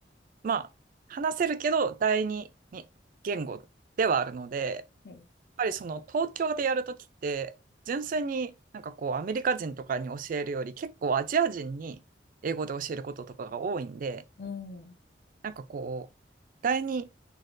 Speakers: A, on the right; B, on the left.
A: まあ、話せるけど、第二に言語ではあるので、やっ
B: はい。
A: ぱりその東京でやるときって、純粋になんかこう、アメリカ人とかに教えるより、結構アジア人に英語で教えることとかが多いんで、
B: うん。
A: なんかこう、第二、